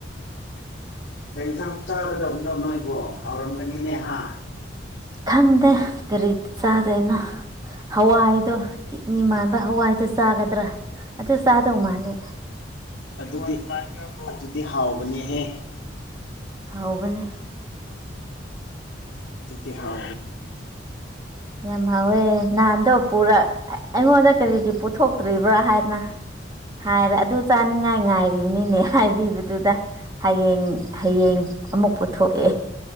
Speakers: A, on the left; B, on the right.
A: ꯀ ꯌꯦꯟꯁꯥꯡ ꯆꯥꯒꯗꯕꯅꯣ ꯅꯣꯏꯕꯣ ꯍꯥꯎꯔꯝꯒꯅꯤꯅꯦꯍ
B: ꯈꯪꯗꯦ ꯀꯔꯤ ꯆꯥꯗꯦꯅ ꯍꯋꯥꯏꯗꯣ ꯀꯤꯠꯅꯤ ꯃꯥꯟꯕ ꯍꯋꯥꯏꯗꯨꯣ ꯆꯥꯒꯗ꯭ꯔꯥ ꯑꯗꯨ ꯆꯥꯗꯧ ꯃꯥꯜꯂꯦ
A: ꯑꯗꯨꯗꯤ ꯑꯗꯨꯗꯤ ꯍꯥꯎꯕꯅꯦꯍꯦ
B: ꯍꯕꯅꯦ
A: ꯑꯗꯨꯗꯤ ꯍꯥꯎ
B: ꯌꯥꯝ ꯍꯥꯎꯋꯦ ꯅꯍꯥꯟꯗꯣ ꯄꯨꯔ ꯑꯩꯉꯣꯟꯗ ꯀꯔꯤꯒꯤ ꯄꯨꯊꯣꯛꯇ꯭ꯔꯤꯕ꯭ꯔꯥ ꯍꯥꯏꯅ ꯍꯥꯏꯔ ꯑꯗꯨ ꯆꯥꯅꯤꯡꯉꯥꯏ ꯉꯥꯏꯔꯤꯕꯅꯤꯅꯦ ꯍꯥꯏꯕꯤꯕꯗꯨꯗ ꯍꯌꯦꯡ ꯍꯌꯦꯡ ꯑꯃꯨꯛ ꯄꯨꯊꯣꯛꯑꯦ